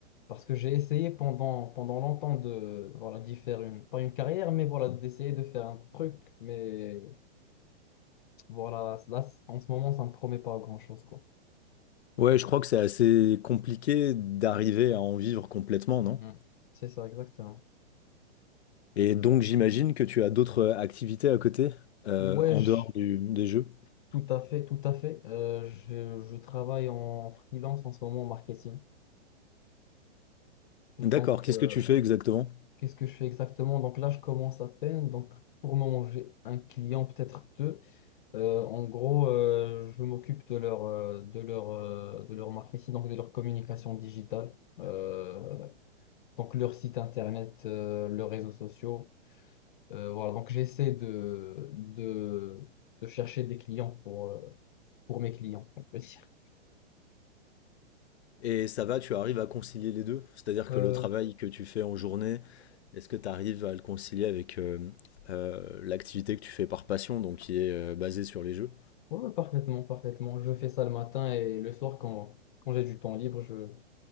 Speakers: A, on the left; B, on the left.
A: Parce que j'ai essayé pendant, pendant longtemps de, voilà, d'y faire une, pas une carrière, mais voilà, d'essayer de faire un truc. Mais voilà, là, en ce moment, ça ne me promet pas grand-chose, quoi.
B: Ouais, je crois que c'est assez compliqué d'arriver à en vivre complètement, non?
A: Mm. C'est ça, exactement.
B: Et donc, j'imagine que tu as d'autres activités à côté, euh,
A: Ouais,
B: en
A: je-
B: dehors du- des jeux.
A: tout à fait, tout à fait. Euh, je, je travaille en freelance en ce moment en marketing. Donc,
B: D'accord, qu'est-ce
A: euh,
B: que tu fais exactement?
A: Qu'est-ce que je fais exactement? Donc là, je commence à peine. Donc pour le moment, j'ai un client, peut-être deux. Euh, en gros, euh, je m'occupe de leur, euh, de leur, euh, de leur marketing, donc de leur communication digitale. Euh, donc leur site internet, euh, leurs réseaux sociaux. Euh, voilà, donc j'essaie de, de, de chercher des clients pour, euh, pour mes clients, on peut dire.
B: Et ça va, tu arrives à concilier les deux? C'est-à-dire
A: Euh,
B: que le travail que tu fais en journée, est-ce que tu arrives à le concilier avec euh, euh, l'activité que tu fais par passion, donc qui est euh, basée sur les jeux?
A: ouais, ouais, parfaitement, parfaitement. Je fais ça le matin et le soir quand, quand j'ai du temps libre, je